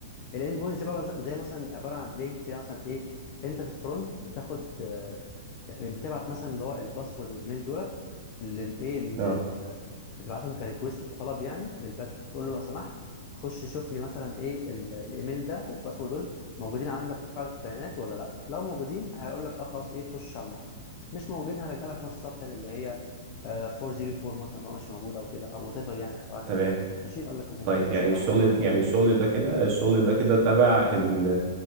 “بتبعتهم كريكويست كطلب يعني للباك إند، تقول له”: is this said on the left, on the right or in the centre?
Left